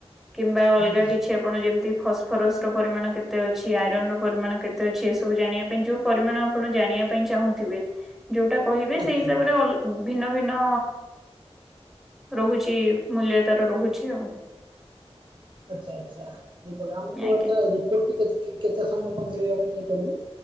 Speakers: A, in the centre; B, on the right.
A: କିମ୍ବା ଅଲଗା
B: ହୁଁ
A: କିଛି ଆପଣ ଯେମିତି ଫସ୍ଫରସର ପରିମାଣ କେତେ ଅଛି ଆଇରନ ର ପରିମାଣ କେତେ ତ ଏସବୁ ଜାଣିବା ପାଇଁ ଯୋଉ ପରିମାଣ ଆପଣ ଜାଣିବା ପାଇଁ ଚାହୁଁଥିବେ ଯୋଉଟା କହିବେ
B: ଆଚ୍ଛା।
A: ସେଇ ହିସାବରେ ଅଲ ଭିନ୍ନ ଭିନ୍ନ ରହୁଚି ମୂଲ୍ୟ ତାର ରହୁଚି ଆଉ।
B: ଆଛା ଆଛା ଆମକୁ
A: ଆଜ୍ଞା।
B: ରିପୋର୍ଟଟି କେତ କେତେ ସମୟ ମଧ୍ୟରେ ଆମେ ନେଇପାରିବୁ?